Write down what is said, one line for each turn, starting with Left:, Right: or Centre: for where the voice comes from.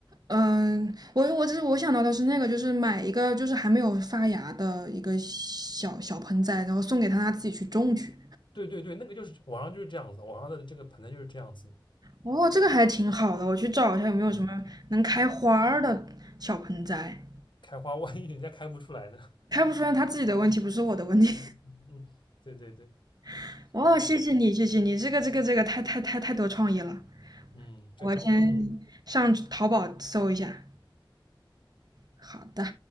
Right: 嗯，我我这是我想到的是那个，就是买一个就是还没有发芽的一个小小盆栽，然后送给他，他自己去种去。
Left: 对对对，那个就是网上就是这样子，网上的这个盆栽就是这样子的
Right: 哦，这个还挺好的，我去找一下有没有什么能开花儿的小盆栽。
Left: 嗯，开花万一人家开不出来呢，
Right: 开不出来，他自己的问题，不是我的问题。
Left: 嗯嗯嗯，对对对。
Right: <laughs> 哦，
Left: 是的，
Right: 谢谢你，谢谢你，这个这个这个太太太太多创意了。
Left: 嗯，对，
Right: 我先上淘宝搜一下。
Left: 非常多。
Right: 好的。